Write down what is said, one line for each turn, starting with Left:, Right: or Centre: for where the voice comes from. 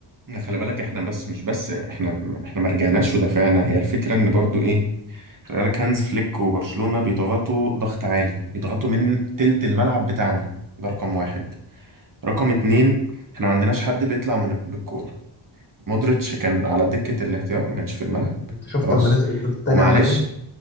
Right: إن خلي بالك احنا بس مش بس احنا احنا ما رجعناش ودافعنا هي الفكرة ان برضو ايه خلي بالك هانز فليك وبرشلونة بيضغطوا ضغط عالي بيضغطوا من تلت الملعب بتاعنا ده رقم واحد رقم اتنين احنا ما عندناش حد بيطلع من بالكورة مودريتش كان على دكة الاحتياط ما كانش في الملعب
Left: انت شفت
Right: خلاص
Left: لما نزل الشوط التاني
Right: ومعلش
Left: عمل ايه